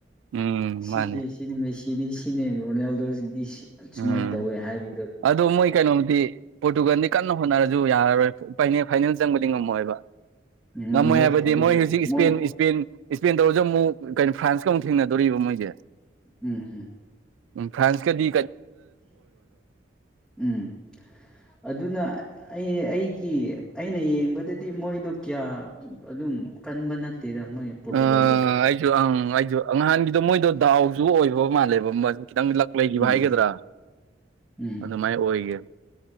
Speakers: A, on the right (about 80°); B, in the centre.
A: ꯎꯝ
B: ꯁꯤꯒ‌ꯦ
A: ꯃꯥꯅꯦ
B: ꯁꯤꯗꯤ ꯃ‌ꯦꯁꯤꯗꯤ ꯁꯤꯅꯦ ꯔꯣꯅꯦꯜꯗꯣꯁꯤꯗꯤ ꯁꯤ ꯁꯨꯃꯥꯏꯅ
A: ꯎꯝ
B: ꯇꯧꯋꯦ ꯍꯥꯏꯕ
A: ꯑꯗꯣ ꯃꯣꯏ ꯀꯩꯅꯣꯗꯤ ꯄꯣꯔꯇꯨꯒꯥꯟꯗꯤ ꯀꯟꯅ ꯍꯣꯠꯅꯔꯁꯨ ꯌꯥꯔꯔꯣꯏ ꯐꯥꯏ ꯐꯥꯏꯅꯦꯜ ꯆꯪꯕꯗꯤ ꯉꯝꯃꯣꯏꯕ
B: ꯉꯝꯔꯣꯏ
A: ꯉꯝꯃꯣꯏ ꯍꯥꯏꯕꯗꯤ
B: ꯑꯗꯨꯗꯤ
A: ꯃꯣꯏ ꯍꯧꯖꯤꯛ ꯏꯁꯄꯦꯟ
B: ꯃꯣꯏ
A: ꯏꯁꯄꯦꯟ ꯏꯁꯄꯦꯟ ꯇꯧꯔꯁꯨ ꯑꯃꯨꯛ ꯀꯩꯅꯣ ꯐ꯭ꯔꯥꯟꯁꯀ ꯑꯃꯨꯛ ꯊꯦꯡꯅꯗꯣꯔꯤꯕ ꯃꯣꯏꯁꯦ
B: ꯎꯝ ꯎꯝ
A: ꯐ꯭ꯔꯥꯟꯁ ꯀꯗꯤ
B: ꯎꯝ ꯑꯗꯨꯅ ꯑ ꯑꯩ ꯑꯩꯒꯤ ꯑꯩꯅ ꯌꯦꯡꯕꯗꯗꯤ ꯃꯣꯏꯗꯣ ꯀꯌꯥ ꯑꯗꯨꯝ ꯀꯟꯕ ꯅꯠꯇꯦꯗ ꯃꯣꯏ ꯄꯣꯔꯇꯨꯒꯜꯗꯣ
A: ꯑ ꯑꯩꯁꯨ ꯑꯪ ꯑꯩꯁꯨ ꯉꯍꯥꯟꯒꯤꯗꯣ ꯃꯣꯏꯗꯣ ꯗꯥꯎꯁꯨ ꯑꯣꯏꯕ ꯃꯥꯜꯂꯦ <unintelligible> ꯈꯤꯇꯪ ꯂꯛ ꯂꯩꯈꯤꯕ
B: ꯎꯝ
A: ꯍꯥꯏꯒꯗ꯭ꯔꯥ
B: ꯎꯝ
A: ꯑꯗꯨꯃꯥꯏꯅ ꯑꯣꯏꯒꯦ